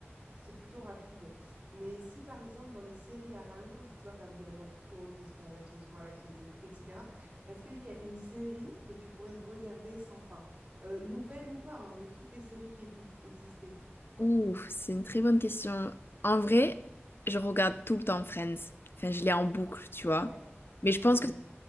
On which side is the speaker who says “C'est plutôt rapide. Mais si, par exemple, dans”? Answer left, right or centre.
Right